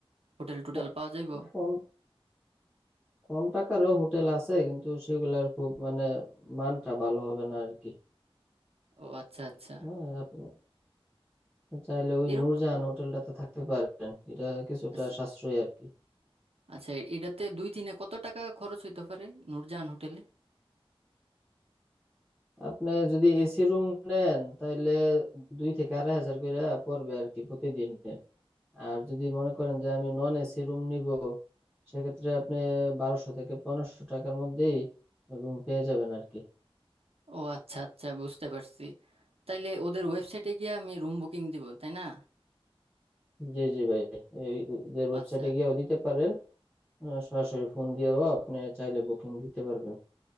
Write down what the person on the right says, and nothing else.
হোটেল টোটেল
পাওয়া যাইবো
ও আচ্ছা আচ্ছা
এরকম
আচ্ছা
আচ্ছা, এটাতে দুই দিনে কত টাকা খরচ হইতে পারে নূরজাহান হোটেলে
ও আচ্ছা আচ্ছা বুঝতে পারছি তাইলে ওদের ওয়েবসাইটে গিয়ে আমি রুম বুকিং দিব তাই না
আচ্ছা